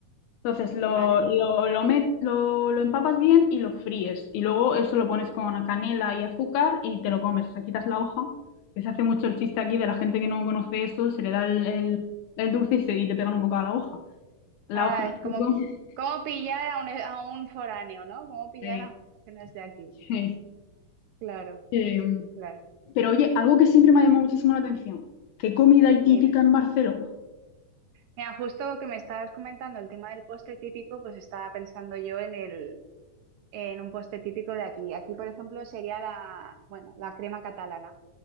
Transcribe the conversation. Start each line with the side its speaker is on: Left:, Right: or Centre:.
Left: Entonces lo,
Right: ¿Vale?
Left: lo, lo, met- lo- lo empapas bien y lo fríes. Y luego eso lo pones con canela y azúcar y te lo comes. O sea, quitas la hoja, que se hace mucho el chiste aquí de la gente que no conoce eso, se le da el, el- el dulce y, se- y le pegan un bocado a la hoja. La
Right: Ah,
Left: hoja
Right: es
Left: se
Right: como,
Left: come.
Right: como pillar a un, a un foráneo, ¿no? Como pillar
Left: Sí,
Right: a un <laughs> que no es de aquí.
Left: sí,
Right: Claro,
Left: sí.
Right: claro.
Left: Pero oye, algo que siempre me ha llamado muchísimo la atención. ¿Qué comida hay
Right: Dime.
Left: típica en Barcelona?
Right: Mira, justo que me estabas comentando el tema del postre típico, pues estaba pensando yo en el, en un postre típico de aquí. Aquí, por ejemplo, sería la, bueno, la crema catalana